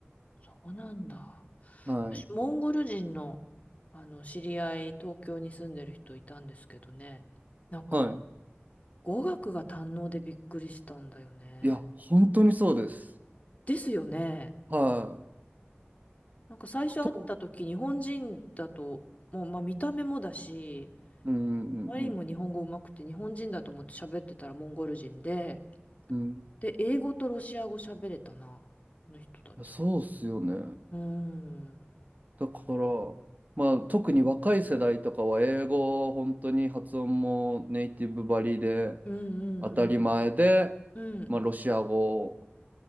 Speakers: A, on the left; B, on the right.
A: そうなんだ。
B: はい。
A: 私、モンゴル人の、あの、知り合い、東京に住んでる人いたんですけどね。なんか、
B: は
A: 語学が堪能でびっくりしたんだよね。
B: い。いや、本当にそうです。
A: ですよね。
B: はい。
A: なんか最初会った時、
B: ほとんど、
A: 日本人だと、もう、まあ見た目もだし、
B: うんうんうん
A: マリンも日本語上手くて、日本人だと思って喋ってたらモンゴル人で、
B: うん。うん
A: で、英語とロシア語喋れたな、この人たちは。
B: いや、そうっすよね。
A: うーん。
B: だから、まあ、特に若い世代とかは英語を本当に発音もネイティブばりで
A: うんうん
B: 当たり前で、
A: うん。うん
B: まあ、ロシア語